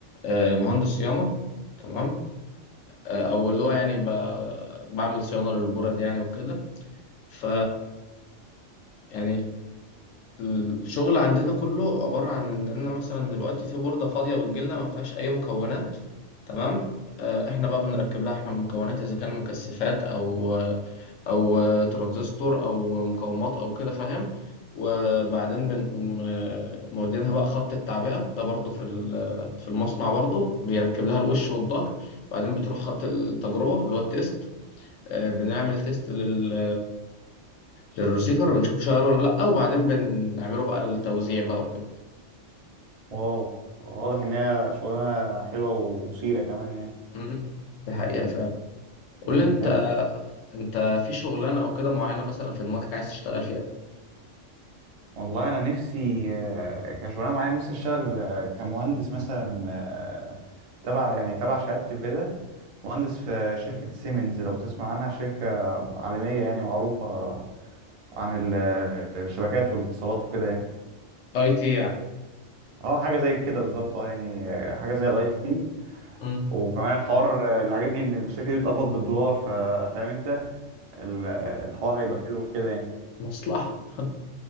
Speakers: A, on the left; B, on the right.
A: أه مهندس صيانه تمام آه، او اللي هو يعني ب... بعمل صيانه للبرد يعني وكده ف يعني الشغل عندنا كله عباره عن ان انا مثلا دلوقتي في برده فاضيه بتجيلنا ما فيهاش اي مكونات تمام آه، احنا بقى بنركب لها احنا المكونات اذا كان مكثفات او او ترانزستور او مقاومات او كده فاهم وبعدين بنقوم آه، مودينها بقى خط التعبئه ده برضو في ال- في المصنع برضو بيركب لها الوش والظهر بعدين بتروح خط التجربه اللي هو التيست آه، بنعمل تيست لل للرسيفر بنشوفه شغال ولا لا وبعدين بنعمله بقى للتوزيع بقى وكده
B: واو واضح ان هي شغلانه حلوه ومثيره كمان يعني
A: امم ده حقيقة فعلا قول
B: امم
A: لي انت
B: حلو
A: انت في شغلانة او كده معينة مثلا في دماغك عايز تشتغل فيها
B: والله انا نفسي آه، كشغلانه معينه نفسي اشتغل آه، كمهندس مثلا آه، تبع يعني تبع شهادتي وكده مهندس في شركه سيمنز لو تسمع عنها شركه عالميه يعني معروفه عن ال- الشبكات والاتصالات وكده يعني
A: اي تي يعني
B: اه حاجه زي كده بالظبط اه يعني آه، حاجه زي الاي تي
A: امم
B: وكمان الحوار آه، اللي عاجبني ان الشركه دي بتقبض بالدولار ف- فاهم انت ال- آه، الحوار هيبقى حلو في كده يعني
A: مصلحة <laughs>